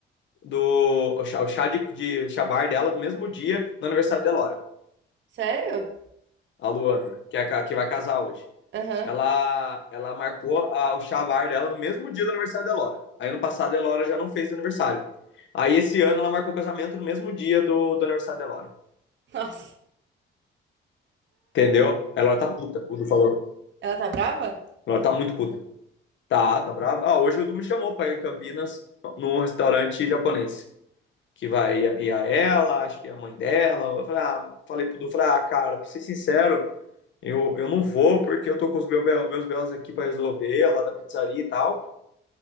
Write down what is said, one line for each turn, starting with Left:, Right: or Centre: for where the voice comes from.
Left: do o chá, o chá de, de chabar dela do mesmo dia no aniversário da Elora,
Right: Sério?
Left: a Luana, que, é, que vai casar hoje.
Right: Aham.
Left: Ela, ela marcou a- o chabar dela no mesmo dia do aniversário da Elora. Aí ano passado a Elora já não fez aniversário. Aí esse ano ela marcou o casamento no mesmo dia do, do aniversário da Elora.
Right: <laughs> Nossa.
Left: Entendeu? A Elora tá puta, o Du falou.
Right: Ela tá brava?
Left: A Elora tá muito puta. Tá, tá brava. Ah, hoje o Du me chamou pra ir em Campinas num restaurante japonês que vai ir a ela, acho que é a mãe dela. Eu falei, ah, falei pro Du, falei, ah, cara, pra ser sincero, Eu, eu não vou porque eu tô com os meu, meus BOs aqui para resolver, lá da pizzaria e tal.